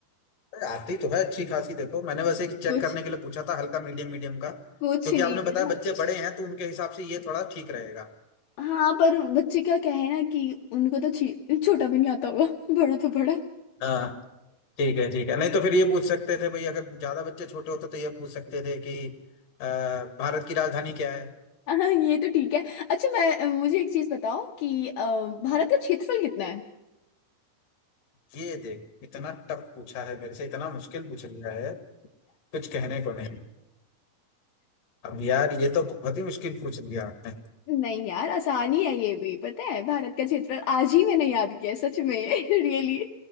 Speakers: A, on the left (about 50°); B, on the left (about 75°).
A: अरे, आती तो है अच्छी खासी देखो मैंने बस एक चेक
B: कुछ
A: करने के लिए पूछा था हल्का मीडियम मीडियम का
B: कुछ
A: क्योंकि
B: नहीं
A: आपने बताया बच्चे बड़े हैं तो उनके हिसाब से ये थोड़ा ठीक रहेगा
B: हाँ पर बच्चे क्या क्या है ना कि उनको तो छी- छोटा भी नहीं आता होगा <laughs> बड़ा तो बड़ा <laughs>
A: हाँ ठीक है ठीक है नहीं तो फिर ये पूछ सकते थे भाई अगर ज्यादा बच्चे छोटे होते तो ये पूछ सकते थे कि अ, भारत की राजधानी क्या
B: हाँ, ये तो ठीक है अच्छा मैं मुझे एक चीज बताओ कि अ, भारत
A: है
B: का क्षेत्रफल कितना है
A: ये देख इतना टफ पूछा है मेरे से इतना मुश्किल पूछ लिया है कुछ कहने को नहीं अब यार ये तो बहुत ही मुश्किल पूछ लिया आपने
B: नहीं यार आसानी है ये भी पता है भारत का क्षेत्रफल आज ही मैंने याद किया है, सच में <laughs> रियली